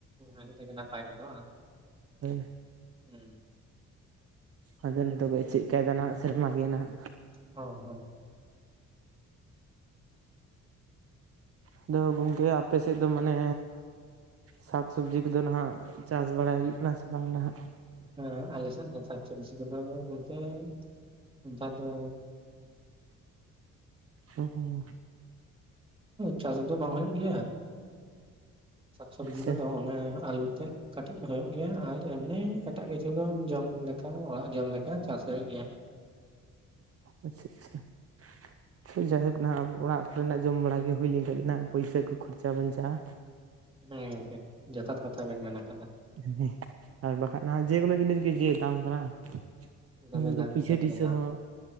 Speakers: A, on the right; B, on the right.
A: ᱟᱹᱰᱤ ᱛᱮᱜᱮ ᱱᱟᱯᱟᱭ ᱠᱚᱫᱚ ᱵᱟ,
B: ᱦᱳᱭ
A: ᱦᱩᱸ
B: ᱟᱫᱚ ᱱᱤᱛᱚᱜ ᱫᱚ ᱪᱮᱫ ᱠᱟᱭᱫᱟ ᱱᱟᱜ ᱥᱮᱨᱢᱟ ᱜᱮ ᱱᱟᱜ,
A: ᱚ-ᱦᱚᱭ
B: ᱟᱫᱚ ᱜᱚᱝᱠᱮ ᱟᱯᱮ ᱥᱮᱫ ᱫᱚ ᱢᱟᱱᱮ ᱥᱟᱠᱥᱚᱵᱡᱤ ᱠᱚᱫᱚ ᱱᱷᱟᱜ ᱪᱟᱥ ᱵᱟᱲᱟᱭ ᱦᱩᱭᱩᱜ ᱠᱟᱱᱟ ᱥᱮ ᱵᱟᱝ ᱱᱷᱟᱜ?
A: ᱦᱮᱸ ᱟᱞᱮᱥᱮᱫ ᱫᱚ ᱥᱟᱠᱷ-ᱥᱚᱵᱡᱤ ᱠᱚᱫᱚ ᱜᱚᱞᱛᱮ ᱱᱮᱛᱟᱨ ᱫᱚᱼᱼ
B: ᱦᱩ ᱦᱩᱸ,
A: ᱪᱟᱥ ᱫᱚ ᱵᱟᱝ ᱦᱩᱭᱩᱜ ᱜᱮᱭᱟ, ᱥᱟᱠᱥ-ᱥᱚᱵᱡᱤ
B: ᱟᱪᱪᱷᱟ
A: ᱠᱚᱫᱚ ᱚᱱᱮ ᱟᱞᱩ ᱛᱮᱫ᱾ ᱠᱟᱹᱴᱤᱡ ᱦᱳᱭᱩᱜ ᱜᱮᱭᱟ ᱟᱨ ᱮᱢᱱᱤ ᱮᱴᱟᱜ ᱠᱤᱪᱷᱩ ᱫᱚ ᱡᱚᱢ ᱞᱮᱠᱟ ᱚᱲᱟᱜ ᱡᱚᱢ ᱞᱮᱠᱟ ᱪᱟᱥ ᱦᱩᱭᱩᱜ ᱜᱮᱭᱟ᱾
B: ᱚᱸ ᱟᱪᱪᱷᱟ-ᱟᱪᱪᱷᱟ ᱡᱟᱭᱦᱳᱠ ᱱᱷᱟᱜ ᱚᱲᱟᱜ ᱠᱚᱨᱮᱱᱟᱜ ᱡᱚᱢ ᱵᱟᱲᱟ ᱜᱮ ᱦᱩᱭ ᱞᱮᱱᱼᱼ ᱟᱞᱤᱱᱟᱜ ᱯᱩᱭᱥᱟᱹ ᱠᱚ ᱠᱷᱚᱨᱪᱟ ᱵᱟᱧᱪᱟᱜ-ᱟ᱾
A: ᱦᱮᱸ ᱜᱚᱝᱠᱮ ᱡᱚᱛᱷᱟᱛ ᱠᱟᱛᱷᱟ ᱵᱮᱱ ᱢᱮᱱ ᱟᱠᱟᱫᱟ᱾
B: ᱦᱮ ᱟᱨ ᱵᱟᱠᱟᱱᱡ ᱱᱟᱜ ᱡᱮᱠᱳᱱᱳ ᱡᱤᱱᱤᱥ ᱜᱮ ᱡᱮ ᱫᱟᱢ ᱠᱟᱱᱟ ᱾
A: ᱫᱚᱢᱮ
B: ᱩᱱᱟᱹᱜ ᱫᱚ
A: ᱫᱟᱢ
B: ᱯᱩᱭᱥᱟᱹ
A: ᱜᱚᱢᱠᱮ ᱫᱚᱢᱮ
B: ᱴᱩᱭᱥᱟᱹ
A: ᱫᱟᱢ
B: ᱦᱚᱸ